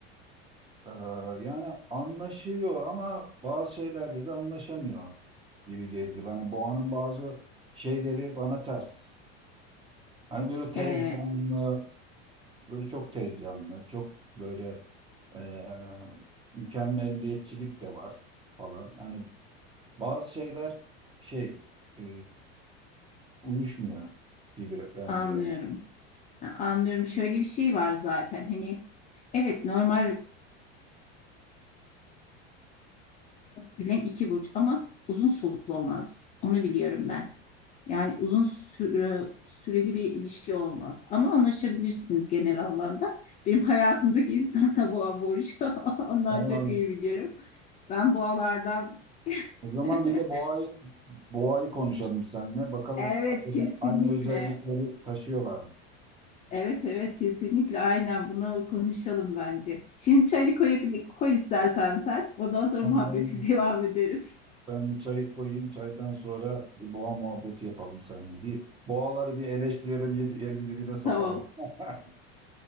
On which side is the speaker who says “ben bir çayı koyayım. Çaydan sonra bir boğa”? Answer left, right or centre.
Right